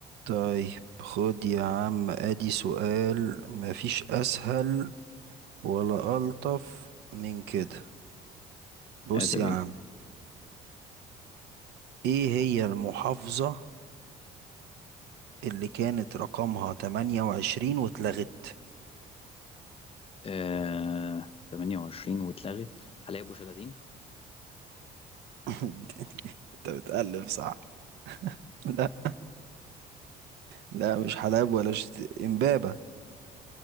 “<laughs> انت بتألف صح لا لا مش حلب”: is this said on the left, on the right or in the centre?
Right